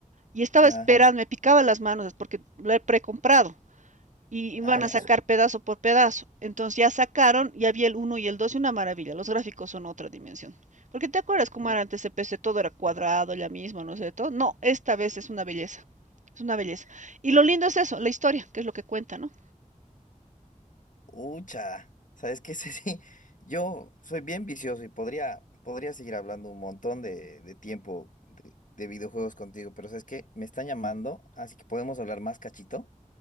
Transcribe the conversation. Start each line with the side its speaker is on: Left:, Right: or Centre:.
Right: y estaba
Left: Ya,
Right: esperando, me picaba las manos porque lo he precomprado. y
Left: ah,
Right: van
Left: ya.
Right: a sacar
Left: su-
Right: pedazo por pedazo. Entonces ya sacaron, ya vi el uno y el 2 y una maravilla. Los gráficos son otra dimensión. Porque te acuerdas cómo era antes el PC, todo era cuadrado,
Left: puta.
Right: ya mismo, no sé, todo. No, esta vez es una belleza. Es una belleza. Y lo lindo es eso, la historia, que es lo que cuenta, ¿no?
Left: Ucha, ¿sabes qué? <laughs> Sí, sí, yo soy bien vicioso y podría, podría seguir hablando un montón de, de tiempo de, de videojuegos contigo, pero ¿sabes qué? Me están llamando, así que podemos hablar más cachito.